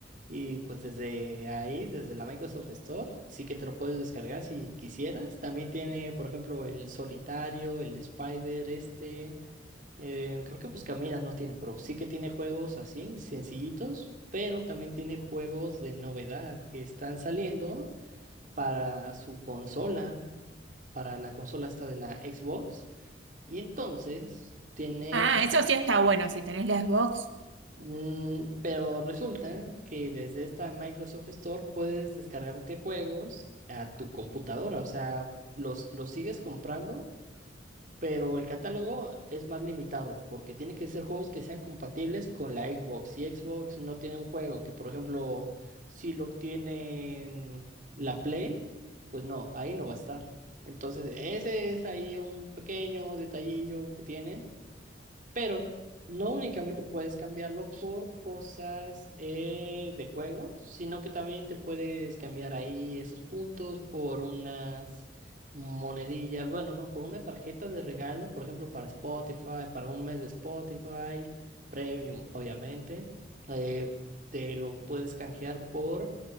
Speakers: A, on the right; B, on the right.
A: Y pues desde ahí, desde la Microsoft Store, sí que te lo puedes descargar si quisieras. También tiene, por ejemplo, el Solitario, el Spider, este. Eh, creo que Buscaminas no tiene, pero sí que tiene juegos así, sencillitos, pero también tiene juegos de novedad que están saliendo para su consola, para la consola esta de la Xbox. Y entonces tiene,
B: Ah, eso sí está bueno, si tenés la Xbox.
A: mm, pero resulta que desde esta Microsoft Store puedes descargarte juegos a tu computadora, o sea, los, los sigues comprando pero el catálogo es más limitado porque tiene que ser juegos que sean compatibles con la Xbox. Si Xbox no tiene un juego que, por ejemplo, si lo tienen la Play, pues no, ahí no va a estar. Entonces, ese es ahí un pequeño detallillo que tienen pero no únicamente puedes cambiarlo por cosas eh, de juegos, sino que también te puedes cambiar ahí esos puntos por unas monedillas, bueno, no, por una tarjeta de regalo, por ejemplo, para Spotify, para un mes de Spotify, Premium, obviamente, eh, te lo puedes canjear por